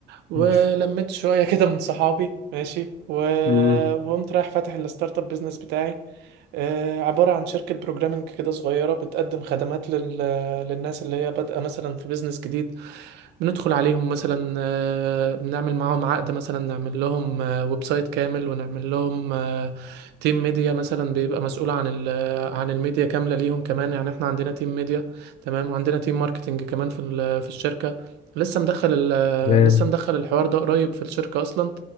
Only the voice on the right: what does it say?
ولميت
شويه <laughs> كده من صحابي ماشي و...
وقمت رايح فاتح الستارت اب بيزنس بتاعي آه، عبارة عن شركة بروجرامنج كده صغيرة بتقدم خدمات لل... للناس اللي هي بادئة مثلا في بيزنس جديد بندخل عليهم مثلا آه، بنعمل معاهم عقد مثلا نعمل لهم آه، ويب سايت كامل ونعمل لهم آه، تيم ميديا مثلا بيبقى مسؤول عن ال- آه، عن الميديا كاملة ليهم كمان يعني احنا عندنا تيم ميديا تمام وعندنا تيم ماركتينج كمان في ال- في الشركة لسه مدخل ال- آه،
لسه مدخل الحوار ده قريب في الشركة أصلا